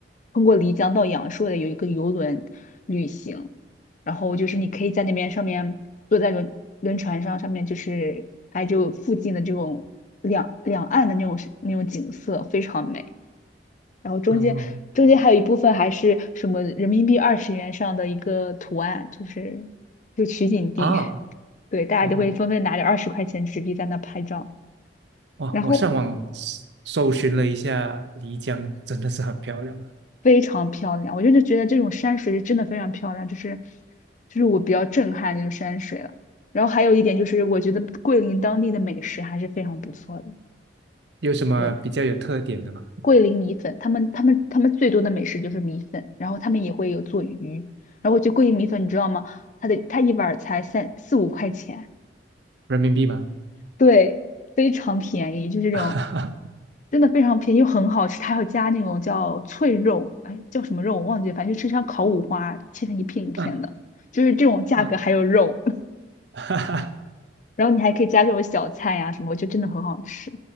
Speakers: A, on the left; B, on the right.
A: 通过漓江到阳朔的有一个游轮旅行，然后就是你可以在那边上面坐在轮轮船上，上面就是拍就附近的这种两两岸的那种那种景色，非常美。然后中间中间还有一部分还是什么人民币二十元上的一个图案，
B: 嗯
A: 就是就取景地，
B: 啊，
A: <laughs> 对，大家就会纷纷拿着二十块钱纸币在那拍照。
B: 哦，哇！
A: 然后
B: 我上网搜搜寻了一下，漓江真的是很漂亮。
A: 非常漂亮。我真的觉得这种山水是真的非常漂亮，就是就是我比较震撼这种山水了。然后还有一点就是，我觉得桂林当地的美食还是非常不错的。
B: 有什么比较有特点的吗？
A: 对，桂林米粉，他们他们他们最多的美食就是米粉，然后他们也会有做鱼。然后我觉得桂林米粉，你知道吗？它的它一碗儿才三四五块钱，
B: 人民币吗？
A: 对，非常便宜，就这种，
B: <laughs>
A: 真的非常便宜又很好吃。它还要加那种叫脆肉，哎，叫什么肉我忘记了，反正就吃像烤五花，切成一片一片的，
B: 嗯
A: 就是这种价格还有肉，
B: 嗯，<laughs>
A: <laughs> 然后你还可以加这种小菜呀、什么，就真的很好吃。